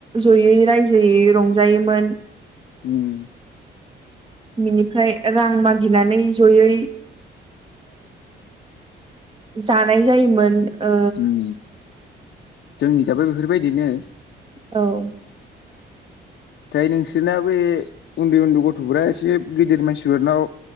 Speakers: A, on the right (about 25°); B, on the left (about 65°).
A: जयै रायजोयै रंजायोमोन
B: उम
A: बिनिफ्राय रां मागिनानै जयै जानाय जायोमोन ओ
B: उम जोंनि जाबो बेफोरबायदिनो
A: औ
B: दायो नोंसोरना बे उन्दै उन्दै गथ'फोरा एसे गेदेर मानसिफोरनाव